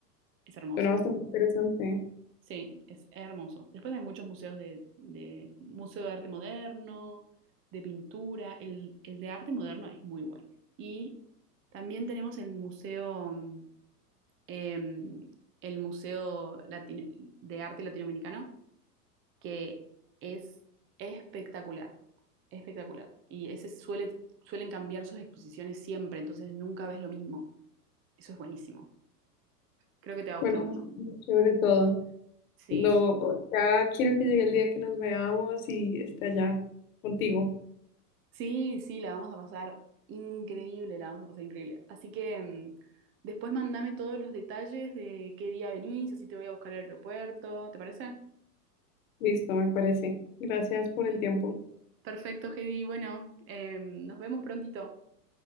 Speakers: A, on the right; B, on the left.
A: es hermoso.
B: Suena bastante interesante.
A: Sí, es hermoso. Después hay muchos museos de, de museo de arte moderno, de pintura. El, el de arte moderno es muy bueno. Y también tenemos el museo, mm, em, el museo Latino- de arte latinoamericano, que es espectacular, espectacular. Y ese suele, suelen cambiar sus exposiciones siempre, entonces nunca ves lo mismo. Eso es buenísimo. Creo que te va a
B: Suena
A: gustar mucho.
B: muy chévere todo.
A: Sí,
B: No,
A: sí.
B: ya quiero que llegue el día que nos veamos y esté allá contigo.
A: Sí, sí, la vamos a pasar increíble, la vamos a pasar increíble. Así que mm, después mandame todos los detalles de qué día venís, así te voy a buscar al aeropuerto, ¿te parece?
B: Listo, me parece. Gracias por el tiempo.
A: Perfecto, Heidi. Bueno, em, nos vemos prontito.